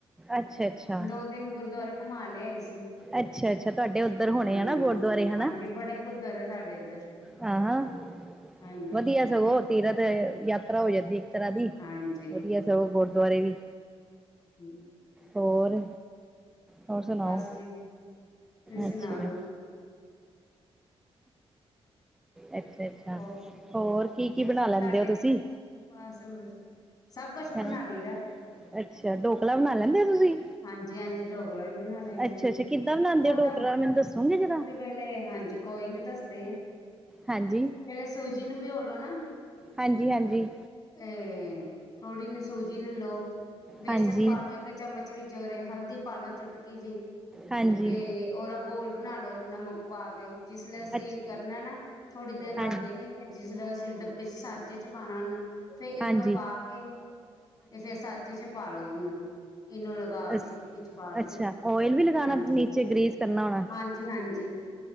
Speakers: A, in the centre; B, on the left.
A: ਅੱਛਾ ਅੱਛਾ
B: ਦੋ ਤਿੰਨ ਗੁਰਦੁਆਰੇ ਘੁਮਾ ਲਿਆ ਆਏ ਸੀ।
A: ਅੱਛਾ-ਅੱਛਾ ਤੁਹਾਡੇ ਉੱਧਰ ਹੋਣੇ
B: ਹਾਂਜੀ।
A: ਹੈ ਨਾ ਗੁਰਦੁਆਰੇ ਹਨਾ।
B: ਹਾਂਜੀ ਬੜੇ ਗੁਰਦੁਆਰੇ ਸਾਡੇ ਇੱਧਰ
A: ਆਹ ਹਾਂ
B: ਹਾਂਜੀ।
A: ਵਧੀਆ ਸਗੋਂ ਤੀਰਥ ਯਾਤਰਾ ਹੋ ਜਾਂਦੀ ਇੱਕ ਤਰ੍ਹਾਂ
B: ਹਾਂਜੀ
A: ਵਧੀਆ ਸਗੋਂ ਗੁਰਦੁਆਰੇ ਵੀ
B: ਹਮ
A: ਹੋਰ ਹੋਰ ਸੁਣਾਓ
B: ਬਸ ਜੀ ਤੁਸੀਂ ਸੁਣਾ
A: ਅੱਛਾ
B: ਦੋ
A: ਅੱਛਾ
B: ਹੋਰ
A: ਹੋਰ ਕੀ ਕੀ ਬਣਾ
B: ਤੁਹਾਡੇ
A: ਲੈਂਦੇ ਹੋ ਤੁਸੀਂ।
B: ਬਸ ਸਭ ਕੁਛ
A: ਹੈਂ
B: ਬਣਾ ਲਈ ਦਾ।
A: ਅੱਛਾ ਡੋਕਲਾ ਬਣਾ ਲੈਂਦੇ ਹੋ ਤੁਸੀਂ।
B: ਹਾਂਜੀ ਹਾਂਜੀ ਢੋਕਲਾ ਵੀ ਬਣਾ ਲੈਂਦੇ
A: ਅੱਛਾ ਅੱਛਾ ਕਿੱਦਾਂ ਬਣਾਉਂਦੇ
B: ਉਹ
A: ਹੋ ਢੋਕਲਾ
B: ਤਾਂ
A: ਮੈਨੂੰ ਦੱਸੋਗੇ ਜਰਾ
B: ਅਸੀਂ ਪਹਿਲੇ ਹਾਂਜੀ ਕੋਈ ਨੀ ਦੱਸਦੇ।
A: ਹਾਂਜੀ
B: ਪਹਿਲੇ ਸੂਜੀ ਨੂੰ ਪਿਓਲੋ ਨਾ
A: ਹਾਂਜੀ ਹਾਂਜੀ
B: ਇਹ ਥੋੜ੍ਹੀ ਨ ਸੂਜੀ ਲੈਲੋ ਬੇਸਨ
A: ਹਾਂਜੀ
B: ਪਾ ਲ ਲੋ ਇੱਕ ਚਮਚ ਵਿਚੋ ਰੇ ਹਲਦੀ ਪਾਲੋ ਚੁਟਕੀ ਜੀ
A: ਹਾਂਜੀ
B: ਤੇ ਉਹਦਾ ਗੋਲ ਬਣਾ ਲੋ ਨਮਕ ਪਾ ਕੇ ਜਿਸਲ ਅਸੀਂ
A: ਅੱਛ
B: ਕਰਨਾ ਨਾ ਥੋੜ੍ਹੀ ਦੇਰ ਰੱਖ
A: ਹਾਂਜੀ
B: ਲੈਣੀ ਫਿਰ ਜਿਸ ਮਤਲਬ ਅਸੀਂ ਡੱਬੇ ਚ ਸਾਂਚੇ ਚ ਪਾਉਣਾ ਉਹਨੂੰ ਫੇਰ ਇਨੂੰ
A: ਹਾਂਜੀ
B: ਪਾ ਕੇ ਤੇ ਫੇਰ ਸਾਚੇ ਚ ਪਾਾਲੋ ਉਹਨੂੰ। ਇਨੋ ਲਗਾ
A: ਅ
B: ਕੇ ਵਿੱਚ ਪਾ ਕੇ
A: ਅੱਛਾ ਓਇਲ ਵੀ ਲਗਾਣਾ
B: ਹਾਂਜੀ
A: ਨੀਚੇ ਗ੍ਰੇਸ ਕਰਨਾ ਹੋਣਾ।
B: ਹਾਂਜੀ ਹਾਂਜੀ